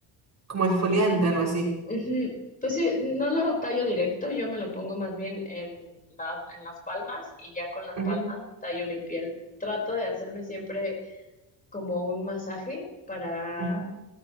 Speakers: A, on the right; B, on the left.
A: Como exfoliante, algo así.
B: Ujú. Pues sí, no lo tallo directo, yo me lo pongo más bien en la- en las palmas y ya con las
A: Ujú,
B: palmas tallo mi piel. Trato de hacerme siempre como un masaje para
A: ujú.